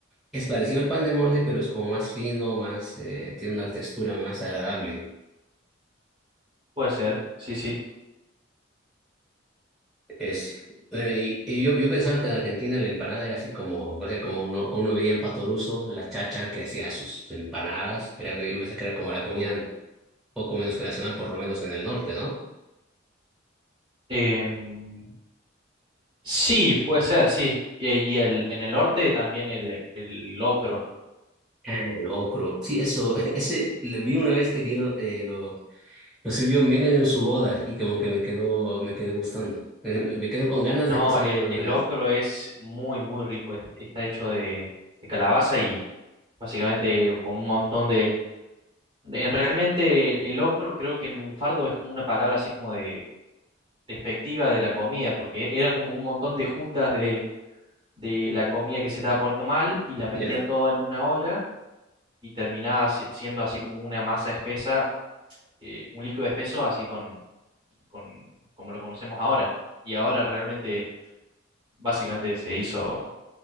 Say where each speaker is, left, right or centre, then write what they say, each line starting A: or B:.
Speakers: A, in the centre; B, on the right.
A: Es parecido al pan de molde, pero es como más fino, más, eh, tiene una textura más agradable.
B: puede ser, sí, sí.
A: Es, eh, y, y yo, yo pensaba que en Argentina la empanada era así como, o sea, como uno, como uno veía en Pato Russo, la chacha que hacía sus empanadas, era que yo pensé que era como la comida poco menos que nacional, por lo menos en el norte, ¿no?
B: Em, sí, puede ser, sí. Y, y el, en el norte también el, el locro.
A: Ah, El locro. Sí, eso, <laughs> ese le vi una vez que dieron, eh, lo, lo sirvió Menem en su boda y como que me quedó, me quedó gustando. Eh, Me quedó con ganas
B: No,
A: de cocinarlo
B: el, el
A: una vez.
B: locro es muy, muy rico. es- Está hecho de, de calabaza y básicamente con un montón de... En realmente el, el locro creo que en lunfardo es como una palabra así como de despectiva de la comida, porque era como un montón de juntas de, de
A: Eh,
B: la comida que se estaba poniendo mal y la metían
A: Ya.
B: todo en una olla y terminaba se- siendo así como una masa espesa, eh, un líquido espeso así con, con como lo conocemos ahora. Y ahora realmente básicamente se hizo